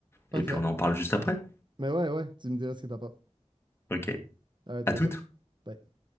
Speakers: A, on the right; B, on the left.
A: Parfait.
B: Et puis on en parle juste après.
A: Mais ouais, ouais, tu me diras ce que t'en penses.
B: Ok.
A: All right,
B: À
A: à bientôt.
B: toutes.
A: Bye.